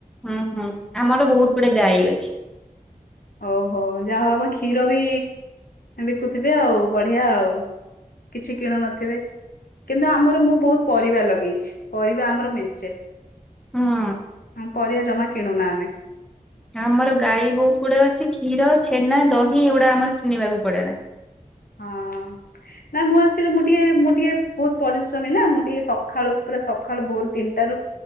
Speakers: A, in the centre; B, on the left.
A: ହୁଁ-ହୁଁ ଆମର ବହୁତ ଗୁଡେ ଗାଈ ଅଛି।
B: ଓହୋ ଯାହାହଉ ଆପଣ କ୍ଷୀର ବି ବିକୁଥିବେ ଆଉ ବଢିଆ ଆଉ। କିଛି କିଣୁ ନଥିବେ। କିନ୍ତୁ ଆମର ମୁଁ ବହୁତ ପରିବା ଲଗେଇଛି ପରିବା ଆମର ମେଞ୍ଚେ।
A: ହୁଁ
B: ଆ ପରିବା ଜମା କିଣୁନା ଆମେ।
A: ଆମର ଗାଈ ବହୁତ ଗୁଡା ଅଛି କ୍ଷୀର, ଛେନା, ଦହି ଏଗୁଡା ଆମର କିଣିବାକୁ ପଡେନା।
B: ହଁ। ନା ମୁଁ ଭାବୁଛିି ମୁଁ ଟିକେ ମୁଁ ଟିକେ ବହୁତ ପରିଶ୍ରମୀ ନା ମୁଁ ଟିକେ ସଖାଳୁ ପୁରା ସଖାଳୁ ଭୋର ତିନିଟାରୁ